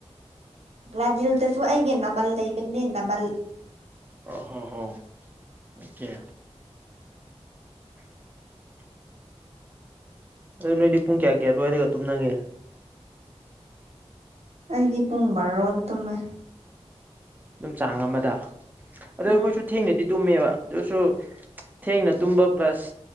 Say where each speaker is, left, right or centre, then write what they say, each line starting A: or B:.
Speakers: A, on the right (about 70°); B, on the right (about 15°).
A: ꯕ꯭ꯂꯥꯗꯤꯜꯗꯁꯨ ꯑꯩꯒꯤ ꯅꯃꯜ ꯂꯩꯕꯅꯦ ꯅꯃꯜ
B: ꯑꯣ ꯍꯣ ꯍꯣ ꯑꯣꯀꯦ ꯑꯗꯨ ꯅꯣꯏꯗꯤ ꯄꯨꯡ ꯀꯌꯥ ꯀꯌꯥ ꯑꯗꯨꯋꯥꯏꯗꯒ ꯇꯨꯝꯅꯒꯦ
A: ꯑꯩꯗꯤ ꯄꯨꯡ ꯕꯥꯔꯣꯗ ꯇꯨꯝꯃꯦ
B: ꯑꯗꯨꯝ ꯆꯥꯡ ꯑꯃꯗ ꯑꯗꯣ
A: ꯎꯝ
B: ꯑꯩꯈꯣꯏꯁꯨ ꯊꯦꯡꯅꯥꯗꯤ ꯇꯨꯝꯃꯦꯕ ꯑꯗꯨꯁꯨ ꯊꯦꯡꯅ ꯇꯨꯝꯕ ꯄ꯭ꯂꯁ